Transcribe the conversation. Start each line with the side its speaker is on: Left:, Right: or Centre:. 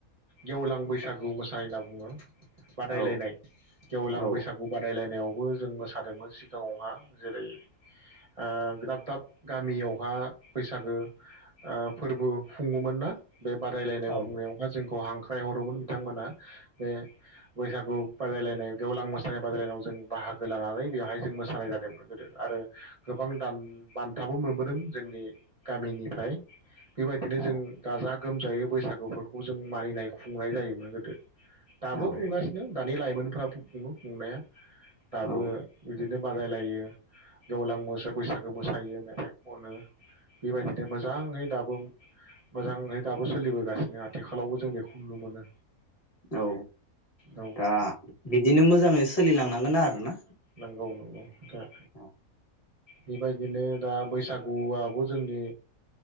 Right: गेवलां बैसागु मोसानाय होनना बुङो बादायलायनाय
Left: औ
Right: गेवलां
Left: औ
Right: बैसागु बादायलायनायाव बो जों मोसादोंमोन सिगाङावहा जेरै ओ दाब दाब गामियावहा बैसागो फोरबो खुङोमोन ना बे बादायलायनाय
Left: औ
Right: खुंनायावहा जोंखौ हांख ख्रायहरोमोन बिथांमोना जे बैसागु बादायलायनाय गेवलां मोसानाय बादायलायनायाव जों बाहागो लानानै बेवहाय जों मोसानाय जादोंमोन गोदो आरो गोबां बान्थाबो मोनबोदों जोंनि गामिनिफ्राय बेबायदिनो
Left: औ
Right: जों गाजा गोमजायै बैसागुफोरखौ जों मानिनाय खुंनाय जायोमोन गोदो
Left: औ
Right: दाबो खुंगासिनो दा दानि लाइमोनफ्राबो खुङो खुंनाया दाबो
Left: औ
Right: बिदिनो बादायलायो गेवलां मो बैसागो मोसायो मेथाइ खनो बेबायदिनो मोजाङै दाबो मोजाङै दाबो सोलिबोगासिनो आथिखालावबो जों बेखौ नुनो मोनो
Left: औ
Right: औ
Left: दा बिदिनो मोजाङै सोलिलांनानै गोन आरो ना
Right: नंगौ नंगौ खोथाया
Left: औ
Right: बेबायदिनो दा बैसागुआबो जोंनि